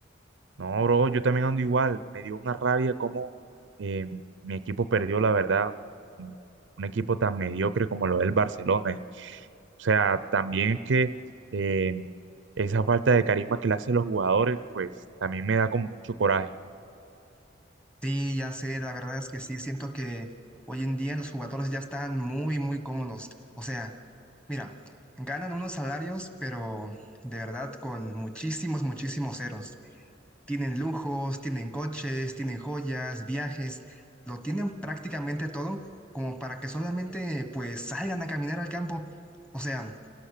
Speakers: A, on the right (about 70°); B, in the centre.
A: No, bro, yo también ando igual. Me dio una rabia cómo eh, mi equipo perdió, la verdad. Un un equipo tan mediocre como lo es el Barcelona. Y, o sea, también es que eh, esa falta de carisma que le hacen los jugadores, pues también me da como mucho coraje.
B: Sí, ya sé, la verdad es que sí, siento que hoy en día los jugadores ya están muy, muy cómodos. O sea, mira, ganan unos salarios, pero de verdad con muchísimos, muchísimos ceros. Tienen lujos, tienen coches, tienen joyas, viajes, lo tienen prácticamente todo como para que solamente pues salgan a caminar al campo. O sea,